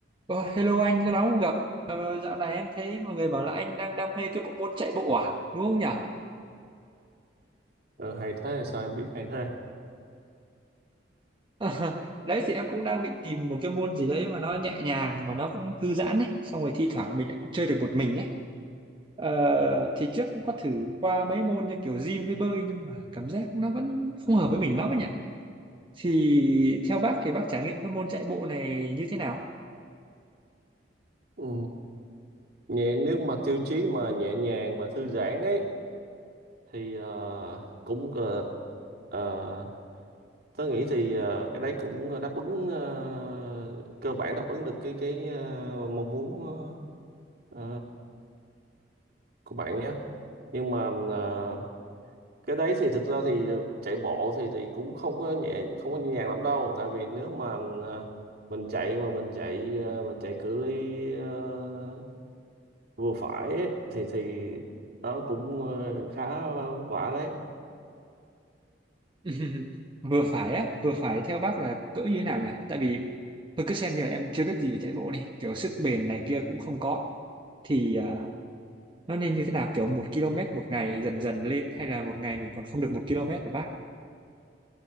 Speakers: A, on the right (about 25°); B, on the right (about 60°).
A: Ờ, hello anh, lâu lắm không gặp. Ờ, dạo này em thấy mọi người bảo là anh đang đam mê cái bộ môn chạy bộ à, đúng không nhỉ?
B: Ờ, hay thế sao em biết hay thế
A: <laughs> Đấy thì em cũng đang định tìm một cái môn gì đấy mà nó nhẹ nhàng mà nó cũng thư giãn đấy, xong rồi thi thoảng mình lại cũng chơi được một mình ấy. Ờ, thì trước cũng có thử qua mấy môn như kiểu gym với bơi nhưng mà cảm giác nó vẫn không hợp với mình lắm ấy nhỉ. Thì theo bác thì bác trải nghiệm cái môn chạy bộ này như thế nào?
B: ừ. nhẹ nếu mà tiêu chí mà nhẹ nhàng và thư giãn ấy thì ờ, cũng ờ, ờ, tớ nghĩ thì ờ, cái đấy cũng đáp ứng ờ, cơ bản đáp ứng được cái cái ờ, mong muốn ờ, của bạn nhé nhưng mà ờ, cái đấy thì thực ra thì chạy bộ thì thì cũng không có nhẹ không có nhẹ nhàng lắm đâu tại vì nếu mà ờ, mình chạy mà mình chạy ờ, mình chạy cự ly ờ, vừa phải ấy, thì thì nó cũng ờ, khá vất vả đấy
A: <laughs> vừa phải á vừa phải theo bác là cỡ như thế nào nhỉ tại vì tôi cứ xem như là em chưa biết gì về chạy bộ đi kiểu sức bền này kia cũng không có thì à, nó nên như thế nào kiểu một km một ngày dần dần lên hay là một ngày mình còn không được một km mà bác